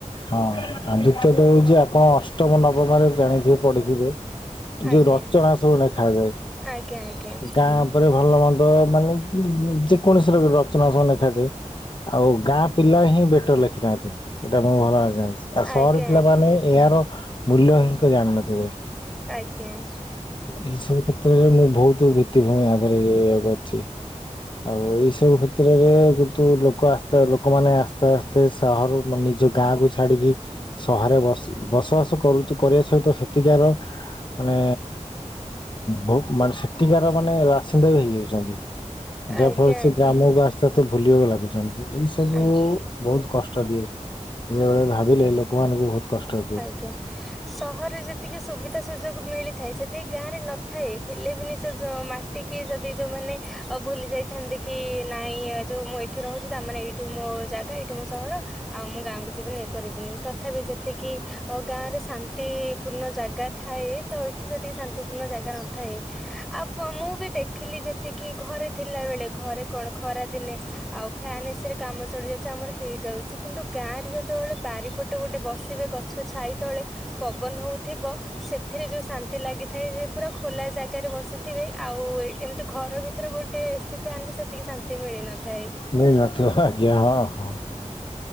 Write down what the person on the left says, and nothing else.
ହଁ ଆଉ ଦ୍ୱିତୀୟତଃ ହଉଚି ଆପଣ ଅଷ୍ଟମ ନବମରେ ଜାଣିଥିବେ ପଢିଥିବେ। ଯୋଉ
ରଚନା ସବୁ ଲେଖାଯାଏ
ଗାଁ ଉପରେ ଭଲ ମନ୍ଦ ମାନେ ଉ ଊ ଯେକୌଣସି ର ବି ରଚନା ସବୁ ଲେଖାଯାଏ। ଆଉ ଗାଁ ପିଲା ହିଁ ବେଟର ଲେଖିଥାନ୍ତି। ଏଇଟା ମୁଁ ଭଲ ଭାବରେ ଜାଣି ଆଉ
ସହର
ପିଲାମାନେ ଏହାର ମୂଲ୍ୟ ହିଁ କ ଜାଣିନଥିବେ।
ଏଇସବୁ କ୍ଷେତ୍ରରେ ମୁଁ ବହୁତ ଭିତ୍ତିଭୂମି ଆଧିରେ କରିଚି। ଆଉ ଏଇସବୁ କ୍ଷେତ୍ରରେ କିନ୍ତୁ ଲୋକ ଆସ୍ତେ ଲୋକମାନେ ଆସ୍ତେ ଆସ୍ତେ ସହର ମ ନିଜ ଯୋଉ ଗାଁ କୁ ଛାଡିକି ସହରରେ ବସ୍ ବସବାସ କରୁଚି କରିବା ସହିତ ସେତିକି ଟା ରଖ୍। ମାନେ ଭୁକ୍ ମାନେ ସେଠିକାର ମାନେ ବାସିନ୍ଦା ବି ହେଇଯାଉଚନ୍ତି। ଯାହା
ଫଳରେ
ସେ ଗ୍ରାମକୁ ଆସ ତସେ ତ ଭୁଲିବାକୁ ଲାଗୁଚନ୍ତି ଏଇ ସବୁ
ବହୁତ କଷ୍ଟ ଦିଏ। ବେଳେବେେଳେ ଭାବିଲେ ଲୋକମାନଙ୍କୁ ବହୁତ କଷ୍ଟ ଦିଏ।
ନ ନ ତ ଆଜ୍ଞା ହଁ ହଁ